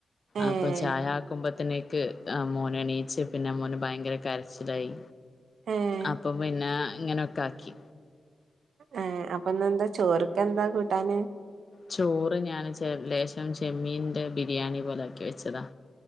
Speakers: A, on the right (about 85°); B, on the left (about 45°).
A: ഏഹ്
B: അപ്പൊ ചായ ആക്കുമ്പോ ത്തിനേക്ക് മോനെ എണീയിച്ച് പിന്നെ മോന് ഭയങ്കര കരച്ചിലായി.
A: ഏഹ്
B: അപ്പൊ പിന്നെ ഇങ്ങനെക്കെ ആക്കി.
A: ആ അപ്പൊന്ന് എന്താ ചോറക്കെന്താ കൂട്ടാന്?
B: ചോറ് ഞാൻ ലേശം ചെമ്മീന്റെ ബിരിയാണി പോലെ ആക്കി വെച്ചതാ.